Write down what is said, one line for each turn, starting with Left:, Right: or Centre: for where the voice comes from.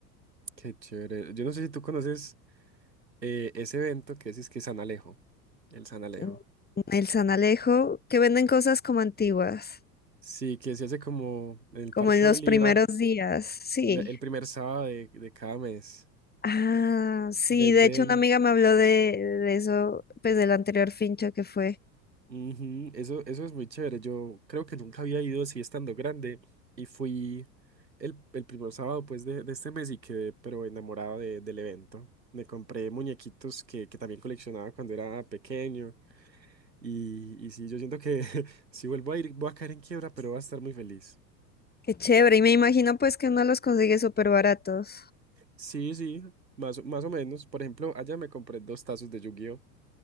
Right: qué chévere. Yo no sé si tú conoces eh, ese evento que es, es que San Alejo, el San Alejo.
Left: Mm, El San Alejo, que venden cosas como antiguas,
Right: Sí, que se hace como en el
Left: como
Right: Parque
Left: en los
Right: Bolívar,
Left: primeros días, sí.
Right: la- el primer sábado de, de cada mes.
Left: Ah, sí,
Right: Venden
Left: de hecho una amiga me habló
Right: cositas.
Left: de, de eso, pues del anterior fincha que fue.
Right: Ujú, Eso, eso es muy chévere. Yo creo que nunca había ido así estando grande y fui el, el primer sábado pues de, de este mes y quedé pero enamorado de- del evento. Me compré muñequitos que, que también coleccionaba cuando era pequeño y, y sí, yo siento que <laughs> si vuelvo a ir voy a caer en quiebra, pero voy a estar muy feliz.
Left: Qué chévere, y me imagino pues que uno los consigue súper baratos.
Right: Sí, sí, más, o- más o menos. Por ejemplo, allá me compré dos tazos de Yu-Gi-Oh!